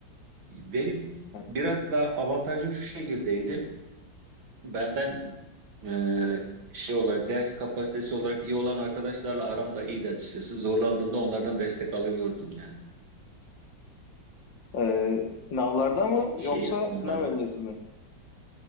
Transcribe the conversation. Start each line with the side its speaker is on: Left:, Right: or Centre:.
Right: Benim
Left: Evet.
Right: biraz da avantajım şu şekildeydi. Benden e, şey olarak ders kapasitesi olarak iyi olan arkadaşlarla aram da iyiydi açıkçası. Zorlandığımda onlardan destek alıyordum yani.
Left: Ee, sınavlarda mı
Right: Şey
Left: yoksa
Right: yapmıyorlardı.
Left: sınav öncesi mi?